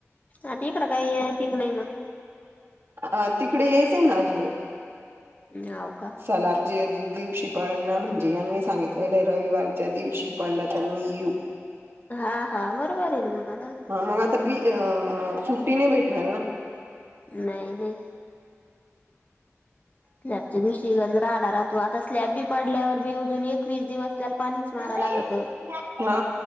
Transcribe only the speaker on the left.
आता इकडं काही येतीक नाही मग?
म्याँव.
हा हा बरोबर आहे ना म <unintelligible>
नाही नाही. स्लॅबच्या दिवशी अन राडा राहतो आता स्लॅब बी पडल्यावर बी अजून एकवीस दिवस त्याला पाणीच माराव
लागत,